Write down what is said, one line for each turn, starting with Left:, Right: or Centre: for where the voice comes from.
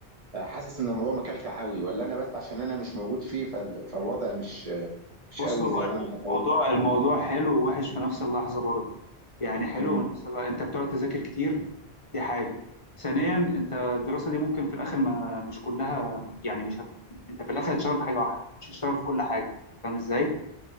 Right: حاسس ان الموضوع مكلكع قوي ولا انا بس عشان انا مش موجود فيه فال- فالوضع مش مش
Left: بص
Right: قوي
Left: هو
Right: زي ما انا متخيل
Left: الموضوع الموضوع حلو ووحش في نفس اللحظة برضه يعني حلو
Right: امم
Left: ونفس اللحظة. انت بتقعد تذاكر كتير دي حاجة ثانيا انت الدراسة دي ممكن في الاخر ما مش كلها يعني مش هت... انت في الاخر هتشتغل في حاجة واحدة مش هتشتغل في كل حاجة فاهم ازاي